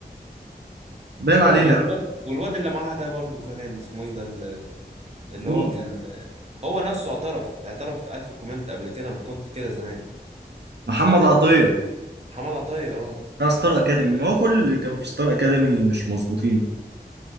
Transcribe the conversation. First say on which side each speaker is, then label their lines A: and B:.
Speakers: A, on the right; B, on the right.
A: باين عليها
B: والواد والواد اللي معاها ده برضو كمان اسمه ايه ده اللي اللي
A: مين؟
B: هو كان هو نفسه اعترف اعترف في ألف كومنت قبل كده انا كنت كده زمان
A: محمد عطية
B: محمد عطية اه
A: بتاع ستار اكاديمي ما هو كل اللي كانوا في ستار اكاديمي مش مظبوطين